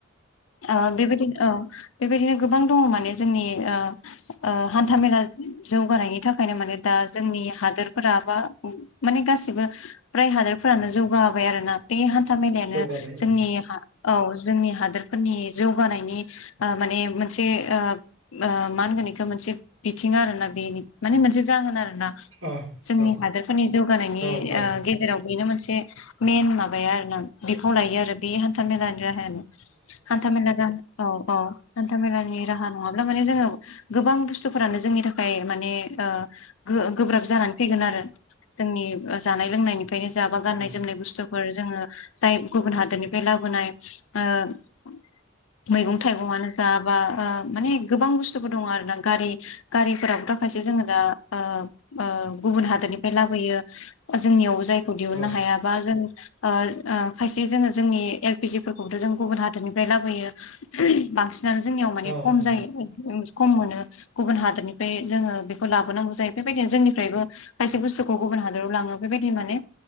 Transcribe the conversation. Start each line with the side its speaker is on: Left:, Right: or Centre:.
Left: ओ बे बायदिनो ओ बेबायदिनो गोबां दङ माने जोंनि ओ ओ हान्थामेला जौगानायनि थाखायनो माने दा जोंनि हादोरफोरा बा माने गासिबो फ्राय हादोरफोरानो जौगाबाबाय आरोना। बे हान्था मेलायानो
Right: जौगाबाय औ
Left: जोंनि औ जोंनि हादोरफोरनि जौगानायनि माने मोनसे ओ मा होनगोन बिखौ मोनसे बिथिं आरोना बेनि माने मोनसे जाहोन आरोना। जोंनि
Right: अ औ
Left: हादोरफोरनि जौगानायनि
Right: औ औ
Left: ओ गेजेराव बेनो मोनसे मेन माबाया आरोना बेखौ लायो आरो बे हान्था मेलानि राहायानो। हानथामेला दा औ औ हान्था मेलानि राहा नंङाब्ला माने जोंङो गोबां बुस्थु फोरानो जोंनि थाखाय माने ओ गो गोब्राब जानानै फैगोन आरो जोंनि जानाय लोंनायनिफ्रायनो जाबा गाननाय
Right: औ
Left: जोमनाय बुस्थु फोर जोंङो जाय गुबुन हादोरनिफ्राय लाबोनाय ओ मैगं थाइगंङानो जा बा ओ माने गोबां बुस्थुफोर दंङ' आरो ना गारि गारिफोराबो दा खायसो जोंङो दा ओ ओ गुबुन हादरनिफ्राय लाबोयो जोंनियावबो जायखौ दिहुननो
Right: औ
Left: हाया बा जों ओ ओ खायसे जोंङो जोंनि एलपिजिफोरखौथ' जों गुबुन हादरनिफ्राय लाबोयो बांसिनानो जोंनियाव माने
Right: औ
Left: खम
Right: औ
Left: जायो खम मोनो गुबुन हादोरनिफ्राय जोङो बेंखौ लाबोनांगौ जायो बेबायदिनो जोंनिफ्रायबो खायसे बुस्थुखौ गुबुन हादराव लांङो बेबायदि माने